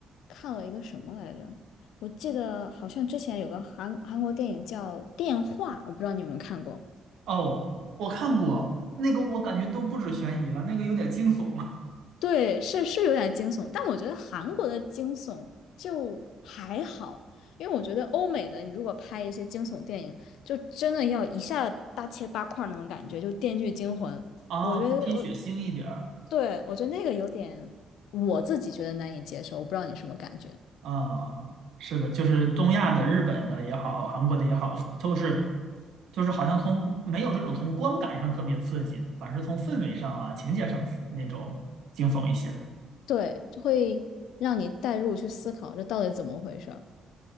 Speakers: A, on the left; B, on the right.
A: 看了一个什么来着？我记得好像之前有个韩韩国电影叫《电话》，我不知道你有没有看过。
B: 哦，我看过那个，我感觉都不止悬疑了，那个有点惊悚啊，
A: 对，是是有点惊悚，但我觉得韩国的惊悚就还好，因为我觉得欧美的你如果拍一些惊悚电影，就真的要一下大切八块儿那种感觉，就《电锯惊魂》，
B: 啊它偏血腥一点儿。
A: 我觉得我对我觉得那个有点我自己觉得难以接受，我不知道你什么感觉，
B: 啊，是的，就是东亚的、日本的也好，韩国的也好，都是，就是好像从没有这种从观感上特别刺激的，反而是从氛围上啊、情节上那种惊悚一些。
A: 对，就会让你带入去思考这到底怎么回事儿